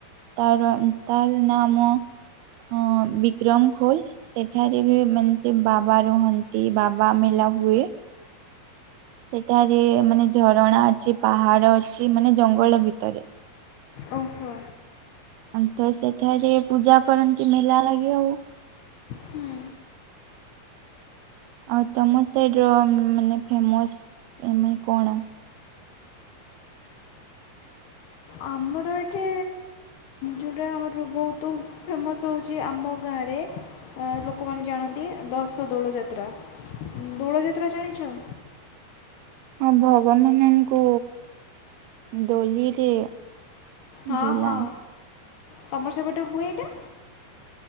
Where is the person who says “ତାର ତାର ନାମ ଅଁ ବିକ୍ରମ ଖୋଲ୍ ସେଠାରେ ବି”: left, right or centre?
Right